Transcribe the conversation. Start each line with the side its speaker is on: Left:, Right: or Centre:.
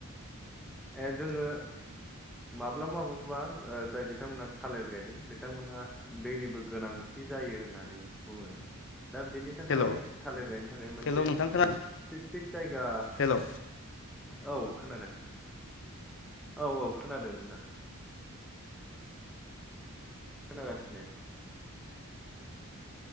Centre: ए जोंङो माब्लाबा माब्लाबा जाय ओ बिथांमोनहा थालिर गायदों बिथांमोनहा दैनिबो गोनां थि जायो होननानै बुंङो दा बेनि थाखाय
Left: हेलौ
Centre: थालिर गायनो थाखाय मोनसे
Left: हेलौ नोंथां खोनादों
Centre: स्पेसिफिक जायगा
Left: हेलौ
Centre: औ खोनादों औ औ खोनादों नोथां खोनागासिनो